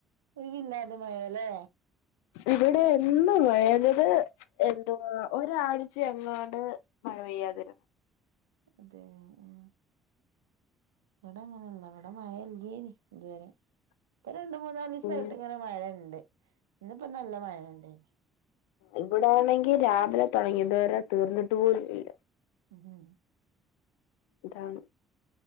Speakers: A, on the right; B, on the left.
A: ഒഴിവില്ലാതെ മഴല്ലേ
B: ഇവിടെ എന്നും മഴയാന്നെ ത് എന്തുവാ ഒരാഴ്ചെ എങ്ങാണ്ട് മഴ പെയ്യാതിരുന്നു
A: അതേ ആ ഇവട അങ്ങനല്ല ഇവടെ മഴ ഇല്ലേനി ഇതുവരെ ഇപ്പ രണ്ട് മൂന്നാലീസയിട്ട്
B: ഉം
A: ഇങ്ങനെ മഴ ഇണ്ട് ഇന്ന്പ്പോ നല്ല മഴ ഇണ്ടായിനി
B: ഇവിടാണെങ്കി രാവിലെ തുടങ്ങി ഇതുവരെ തീർന്നിട്ട് പോലുല്ല
A: ഹ്
B: ഇതാണ്